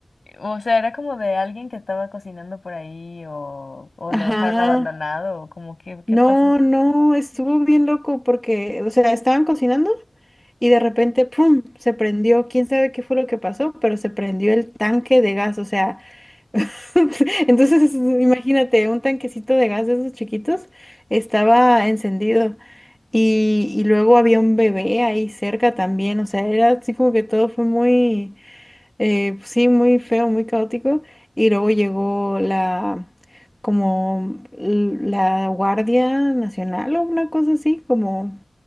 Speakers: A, on the left; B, in the centre.
A: O sea, ¿era como de alguien que estaba cocinando por ahí o, o
B: Ajá.
A: lo dejaron abandonado o como qué, qué
B: No,
A: pasa?
B: no, estuvo bien loco porque, o sea, estaban cocinando y de repente, ¡pum! se prendió. Quién sabe qué fue lo que pasó, pero se prendió el tanque de gas. O sea, <laughs> entonces imagínate, un tanquecito de gas de esos chiquitos estaba encendido. Y, y luego había un bebé ahí cerca también. O sea, era así como que todo fue muy Eh, sí, muy feo, muy caótico. Y luego llegó la, como l- la Guardia Nacional o una cosa así, como